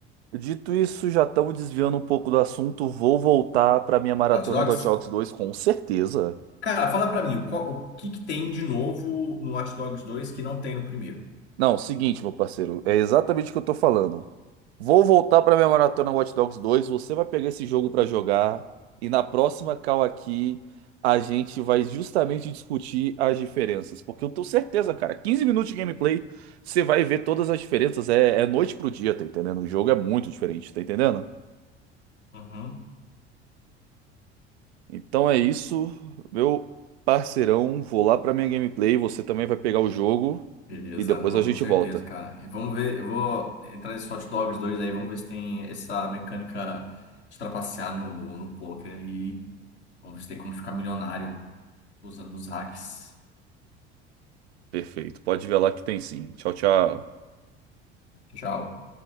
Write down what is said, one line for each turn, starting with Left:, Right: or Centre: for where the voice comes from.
Right: Dito isso, já estamos desviando um pouco do assunto, vou voltar para minha maratona
Left: Hot Dogs?
Right: do Hot Dogs 2 com certeza.
Left: Cara, fala pra mim, o, qual- o que que tem de novo no Watch Dogs 2 que não tem no primeiro?
Right: Não, seguinte, meu parceiro, é exatamente o que eu tô falando. Vou voltar para minha maratona Watch Dogs dois. Você vai pegar esse jogo para jogar. E na próxima call aqui, a gente vai justamente discutir as diferenças. Porque eu tenho certeza, cara, 15 minutos de gameplay, você vai ver todas as diferenças. É, é noite pro dia, tá entendendo? O jogo é muito diferente, tá entendendo?
Left: Uhum.
Right: Então é isso, meu parceirão. Vou lá pra minha gameplay. Você também vai pegar o jogo.
Left: Beleza,
Right: E depois
Left: não,
Right: a gente
Left: com certeza,
Right: volta.
Left: cara. E vamos ver, eu vou entrar nesse Hot Dogs 2 aí, vamos ver se tem essa mecânica de trapacear no, no poker aí. Vamos ver se tem como ficar milionário usando os hacks.
Right: Perfeito. Pode ver lá que tem sim. Tchau, tchau.
Left: Tchau.